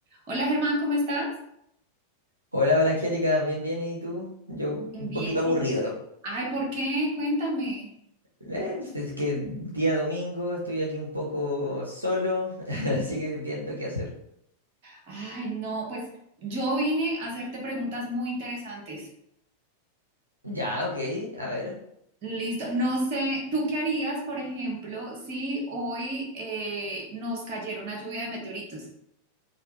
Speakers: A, on the right; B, on the right.
A: Hola Germán, ¿cómo estás?
B: Hola, hola Angélica, bien, bien, ¿y tú? Yo
A: Bien.
B: un poquito aburrido.
A: Ay, ¿por qué? Cuéntame.
B: Eh, es que día domingo estoy aquí un poco solo, <laughs> así que viendo qué hacer.
A: Ay, no, pues yo vine a hacerte preguntas muy interesantes.
B: Ya, ok, a ver,
A: Listo. No sé, ¿tú qué harías, por ejemplo, si hoy eh, nos cayera una lluvia de meteoritos?